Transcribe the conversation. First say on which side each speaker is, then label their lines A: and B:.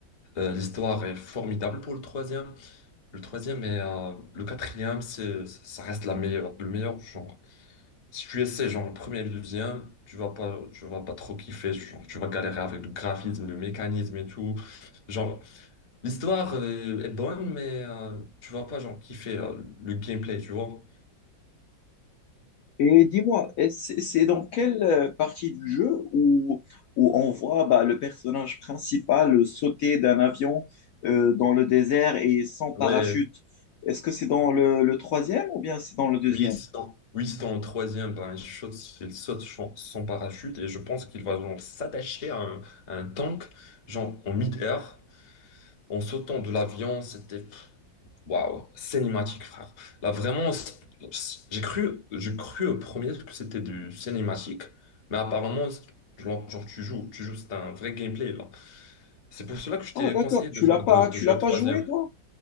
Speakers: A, on the left; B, on the left.
A: Euh, l'histoire est formidable pour le troisième. Le troisième et euh, le quatrième, c'est, ça reste la meilleure, le meilleur genre. Si tu essaies genre le premier et le deuxième, tu vas pas, tu vas pas trop kiffer. genre, tu vas galérer avec le graphisme, le mécanisme et tout. Genre, l'histoire euh, est bonne, mais euh, tu vas pas genre kiffer euh, le gameplay, tu vois.
B: Et dis-moi, et c'est c'est dans quelle euh, partie du jeu où, où on voit bah, le personnage principal sauter d'un avion euh, dans le désert et sans parachute?
A: Ouais,
B: Est-ce que c'est dans le, le troisième ou bien c'est dans le deuxième?
A: oui, c'est dans, oui, c'est dans le troisième, ben, il saute, il saute chan- sans parachute et je pense qu'il va genre s'attacher à un, à un tank, genre en mid-air, en sautant de l'avion, c'était. Waouh, cinématique, frère. Là, vraiment, c'est- j'ai cru, j'ai cru au premier que c'était du cinématique, mais apparemment, c'est- genre, genre, tu joues, tu joues, c'est un vrai gameplay, là. C'est pour cela que je t'ai
B: Ah, d'accord,
A: conseillé
B: tu
A: de, genre,
B: l'as pas,
A: de, de
B: tu
A: jouer
B: l'as pas
A: le troisième.
B: joué, toi?